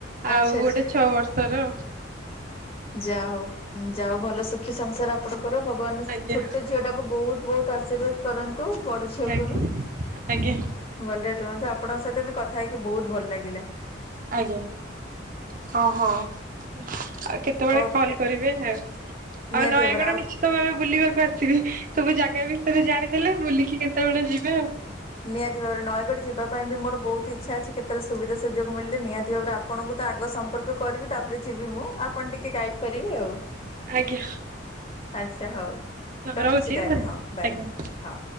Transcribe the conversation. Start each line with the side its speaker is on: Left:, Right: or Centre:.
Left: ଆଚ୍ଛା
Right: ଆଉ
Left: ଆଚ୍ଛା
Right: ଗୋଟେ ଛଅ ବର୍ଷର।
Left: ଯା ହଉ ଯା ହଉ ଭଲ ସୁଖୀ ସଂସାର ଆପଣଙ୍କର ଭଗବାନ
Right: ଆଜ୍ଞା
Left: ଛୋଟ ଝିଅ ଟାକୁ ବୋହୁତ ବୋହୁତ ଆଶୀର୍ବାଦ କରନ୍ତୁ ବଡ଼ ଝିଅକୁ
Right: ଆଜ୍ଞା
Left: ବି।
Right: ଆଜ୍ଞା
Left: ଭଲରେ ରୁହନ୍ତୁ ଆପଣଙ୍କ ସହିତ ବି କଥା ହେଇକି ବୋହୁତ ଭଲ ଲାଗିଲା।
Right: ଆଜ୍ଞା ହ ହୋ ଆଉ କେତେବେଳେ
Left: ହଉ
Right: କଲ୍ କରିବେ ଆଉ
Left: ନିହାତି
Right: ଆଉ ନୟାଗଡ଼
Left: ଭାବରେ
Right: ନିଶ୍ଚି ତ ଆମେ ବୁଲିବାକୁ ଆସିବେ ସବୁ ଜାଗା ବିଷୟରେ ଜାଣିଦେଲେ ବୁଲିକି କେତେବେଳେ ଯିବେ ଆଉ।
Left: ନିହାତି ଭାବରେ ନୟାଗଡ଼ ଯିବା ପାଇଁ ବି ମୋର ବୋହୁତ ଇଛା ଅଛି କେତେବେଳେ ସୁବିଧା ସୁଯୋଗ ମିଳିଲେ ନିହାତି ଭାବରେ ଆ ପଣଙ୍କୁ ତ ଆଗ ସମ୍ପର୍କ କରିବି ତାପରେ ଯିବି ମୁଁ ଆପଣ ଟିକେ ଗାଇଡ଼ କରିବେ ଆଉ।
Right: ଆଜ୍ଞା।
Left: ଆଚ୍ଛା ହଉ ରଖୁଛି
Right: ରହୁଛି
Left: ତାହେଲେ
Right: ଆଜ୍ଞା।
Left: ହଁ ବାଏ ହଁ।